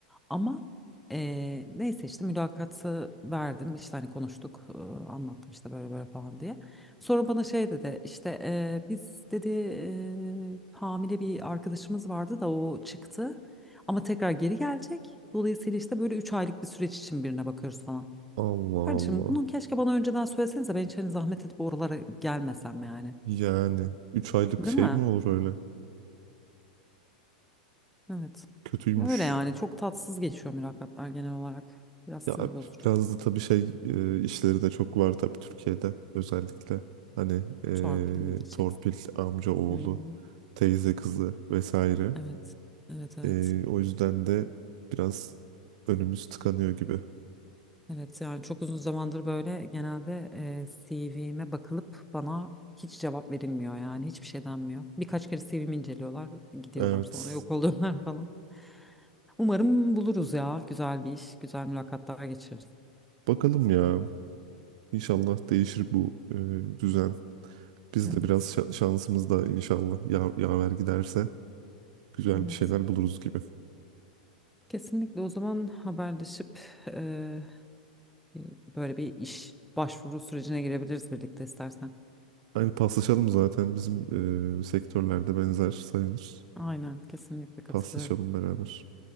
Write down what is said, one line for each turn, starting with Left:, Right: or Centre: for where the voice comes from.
Centre: Ama e, neyse işte mülakatı verdim işte hani konuştuk e, anlattım işte böyle böyle falan diye. Sonra bana şey dedi işte e, biz dedi e, hamile bir arkadaşımız vardı da o çıktı ama tekrar geri gelecek. Dolayısıyla işte böyle 3 aylık bir süreç için birine bakıyoruz falan.
Right: Allah
Centre: Kardeşim
Right: Allah.
Centre: bunu keşke bana önceden söylesenize ben hiç hani zahmet edip oralara gelmesem yani.
Right: Yani 3 aylık
Centre: Değil
Right: şey
Centre: mi?
Right: mi olur öyle?
Centre: Evet.
Right: Kötüymüş.
Centre: Öyle yani çok tatsız geçiyor mülakatlar genel olarak. Biraz sinir
Right: Ya
Centre: bozucu.
Right: biraz da tabii şey e, işleri de çok var tabii Türkiye'de özellikle. Hani e,
Centre: Torpil mi diyeceksin?
Right: torpil amca oğlu,
Centre: Hı hı.
Right: teyze kızı vesaire.
Centre: Evet. Evet evet.
Right: E, o yüzden de biraz önümüz tıkanıyor gibi.
Centre: Evet yani çok uzun zamandır böyle genelde e, CV'me bakılıp bana hiç cevap verilmiyor yani hiçbir şey denmiyor. Birkaç kere CV'mi inceliyorlar gidiyorlar
Right: Evet.
Centre: sonra yok oluyorlar <laughs> falan. Umarım buluruz ya güzel bir iş güzel mülakatlar geçiririz.
Right: Bakalım ya. İnşallah değişir bu e, düzen. Biz
Centre: Evet.
Right: de biraz şa- şansımız da inşallah ya yaver giderse güzel
Centre: Evet.
Right: bir şeyler buluruz gibi.
Centre: Kesinlikle o zaman haberleşip eee, bir- böyle bir iş başvuru sürecine girebiliriz birlikte istersen.
Right: Aynı paslaşalım zaten bizim e, sektörlerde benzer sayılır.
Centre: Aynen kesinlikle katılıyorum.
Right: Paslaşalım beraber.